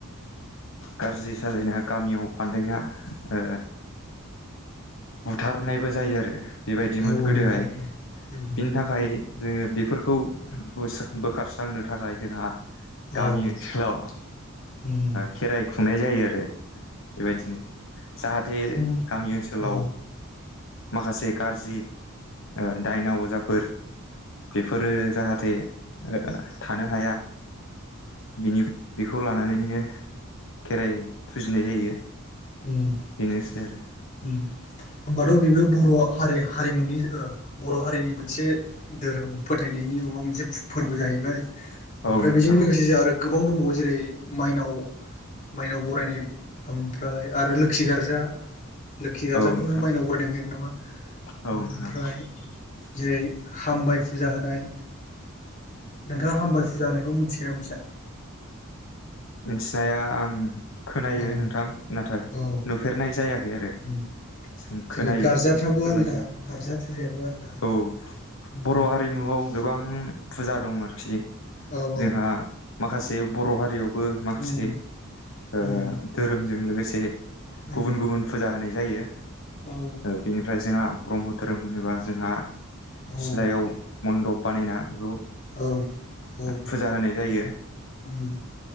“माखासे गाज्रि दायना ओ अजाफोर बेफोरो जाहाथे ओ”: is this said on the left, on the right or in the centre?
Left